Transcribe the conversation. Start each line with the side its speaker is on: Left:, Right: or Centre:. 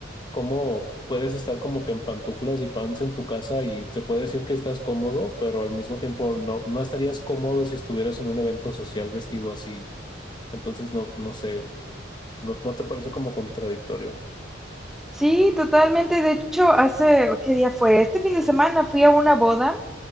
Left: ¿Cómo puedes estar como que en pantuflas y pants en tu casa y se puede decir que estás cómodo, pero al mismo tiempo no, no estarías cómodo si estuvieras en un evento social vestido así? Entonces, no, no sé, ¿no, no te parece como contradictorio?
Centre: Sí, totalmente. De hecho, hace, ¿qué día fue? Este fin de semana fui a una boda